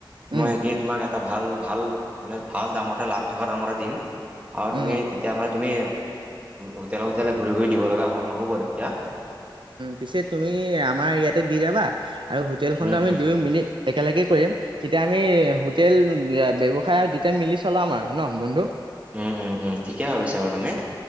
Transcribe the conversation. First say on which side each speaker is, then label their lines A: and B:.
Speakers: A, on the right (about 75°); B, on the right (about 15°).
A: উম
B: মই সেইখিনি তোমাক এটা ভাল ভাল মানে ভাল দামতে লাভ থকা দামতে দিম আৰু তুমি
A: উম
B: তেতিয়া মানে তুমি হোটেললে হোটেলে ঘূৰি ঘূৰি দিব লগা হোৱা নহ'ব তেতিয়া।
A: পিছে তুমি আমাৰ ইয়াতে দি যাবা আৰু হোটেলখনতো
B: উম
A: আমি
B: উম
A: দুই মিনিট একেলগে কৰিম তেতিয়া আমি হোটেল ব্যৱসায় দুটাই মিলি চলাম আৰু ন বন্ধু।
B: উম উম উম ঠিকে ভাবিছা বাৰু তুমি,